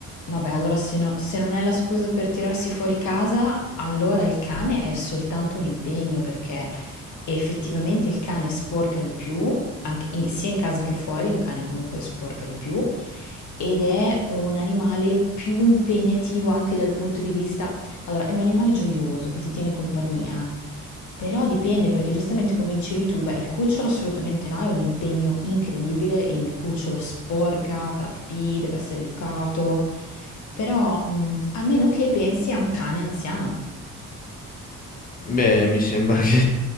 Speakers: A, on the left; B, on the left.
A: Vabbè, allora se, no- se non è la scusa per tirarsi fuori casa, allora il cane è soltanto un impegno perché effettivamente il cane sporca di più, anche in- sia in casa che fuori, un cane comunque sporca di più ed è un animale più impegnativo anche dal punto di vista Allora, è un animale gioioso che ti tiene compagnia, però dipende perché giustamente come dicevi tu, beh, il cucciolo assolutamente no, è un impegno incredibile, e il cucciolo sporca, fa la pipì, deve essere educato, però mh, a meno che pensi a un cane anziano.
B: Beh, mi sembra che